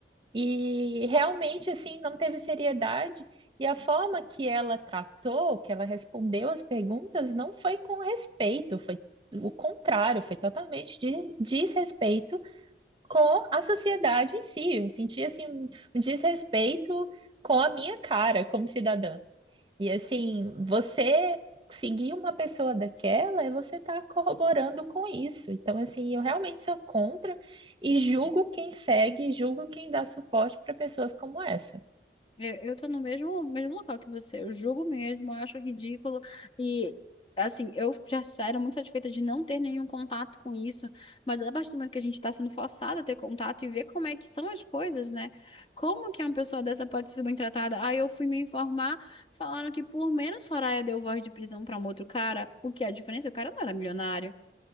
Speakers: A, on the right (about 30°); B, on the left (about 30°).
A: E realmente assim não teve seriedade e a forma que ela tratou, que ela respondeu as perguntas não foi com respeito, foi o contrário, foi totalmente de desrespeito com a sociedade em si. Eu senti assim um um desrespeito com a minha cara como cidadã. E assim, você seguir uma pessoa daquela é você estar corroborando com isso. Então, assim, eu realmente sou contra e julgo quem segue, julgo quem dá suporte para pessoas como essa.
B: É, Eu tô no mesmo, mesmo local que você. Eu julgo mesmo, eu acho ridículo. E, assim, eu já era muito satisfeita de não ter nenhum contato com isso. Mas a partir do momento que a gente tá sendo forçada a ter contato e ver como é que são as coisas, né? Como que uma pessoa dessa pode ser bem tratada? Aí eu fui me informar, falaram que por menos Soraya deu voz de prisão pra um outro cara. O que é a diferença? O cara não era milionário.